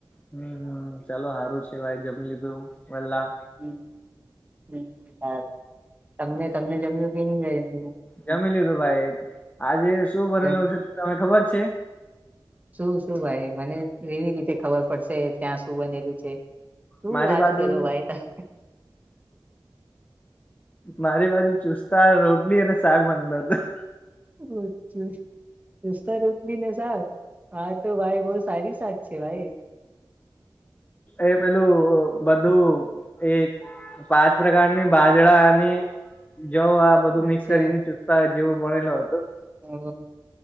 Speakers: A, on the left (about 20°); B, on the right (about 20°).
A: હમ હમ ચાલો હારું છે ભાઈ જમી લીધું વેહેલા.
B: હમ હમ સારું તમને તમને જમ્યું કે નહી?
A: જમી લીધું ભાઈ આજે શું બનેલું
B: જમ
A: છે તને ખબર છે?
B: શું શું ભાઈ મને કેવી રીતે ખબર પડશે ત્યાં શું બનેલું છે. શું
A: મારી
B: વાત
A: બાજુ
B: કરો ભાઈ તા
A: મારી બાજુ ચુસ્તા રોટલી અને શાક બનેલો હતું.
B: રોજ્જે ચુસ્તા રોટલી મજા આવે હા તો ભાઈ બહુ સારી શાક છે ભાઈ.
A: એ પેલું બધું એ પાંચ પ્રકારની બાજરા અને જવ આ બધું મિક્સ
B: અચ્છા
A: કરીને ચુસ્તા જેવો ભણેલો હતો.
B: ઓ